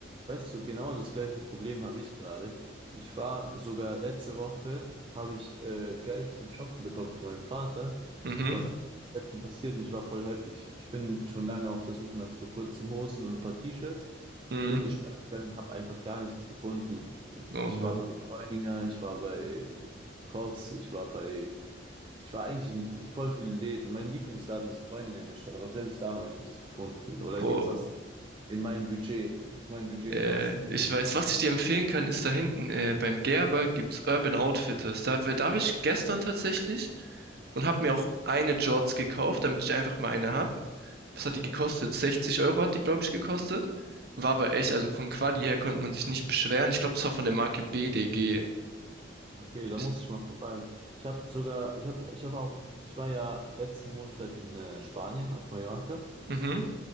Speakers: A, on the right; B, on the right.
A: Weißt du, genau das gleiche Problem habe ich gerade. Ich war sogar letzte Woche, habe ich äh, Geld zum Shoppen bekommen von meinem Vater,
B: Mhm,
A: was selten passiert und ich war voll happy. Ich, ich bin schon lange auf der Suche nach so kurzen Hosen und ein paar T-Shirts.
B: mhm.
A: Ich bin in die Stadt gegangen, habe einfach gar nichts gefunden.
B: Oh
A: Ich
B: Mann.
A: war bei Bräuninger, ich war bei Koss, ich war bei Ich war eigentlich in in voll vielen Läden. Mein Lieblingsladen ist Bräuninger in der Stadt, aber selbst da habe ich nichts gefunden oder
B: Boah.
A: nichts, was in mein Budget, zu meinem Budget
B: Äh,
A: gepasst hat.
B: ich weiß, was ich dir empfehlen kann, ist da hinten äh, beim Gerber gibt's Urban Outfitters. Da, da war ich gestern tatsächlich und habe mir auch eine Jorts gekauft, damit ich einfach mal eine hab. Was hat
A: Okay,
B: die gekostet? 60 Euro hat die, glaube ich, gekostet. War aber echt, also von Quali her konnte man sich nicht beschweren. Ich glaube, das war von der Marke BDG.
A: okay, da
B: Ist-
A: muss ich mal vorbei. Ich habe sogar, ich habe, ich habe auch, ich war ja letzten Montag in äh, Spanien auf Mallorca,
B: Mhm,